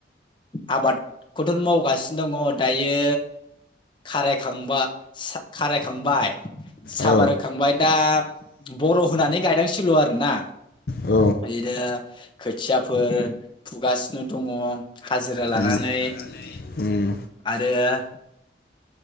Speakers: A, on the left (about 25°); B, on the left (about 55°).
A: आबादखौथ' मावगासिनो दङ दायो खारे खांबा खारे खांबाय। साबार
B: औ
A: होखांबाय दा बर' होनानै गायनांसिगौ आरो ना
B: औ
A: बिदिनो खोथियाफोर फुगासिनो दङ'। हाजिरा लानानै
B: उम उम
A: आरो-